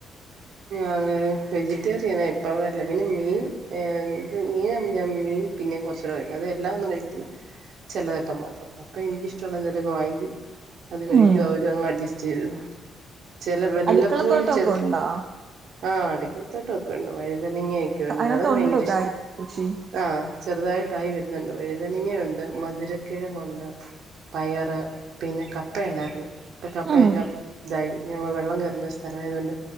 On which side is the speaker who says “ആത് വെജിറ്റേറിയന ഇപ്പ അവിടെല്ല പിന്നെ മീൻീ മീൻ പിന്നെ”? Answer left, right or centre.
Right